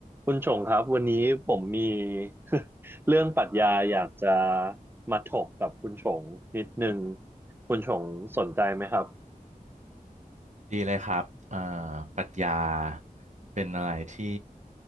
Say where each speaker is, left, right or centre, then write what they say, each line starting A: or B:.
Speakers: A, on the right (about 15°); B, on the right (about 55°).
A: คุณชงครับวันนี้ผมมี <laughs> เรื่องปรัชญาอยากจะมาถกกับคุณชงนิดนึงคุณชงสนใจไหมครับ
B: ดีเลยครับเอ่อปรัชญาเป็นอะไรที่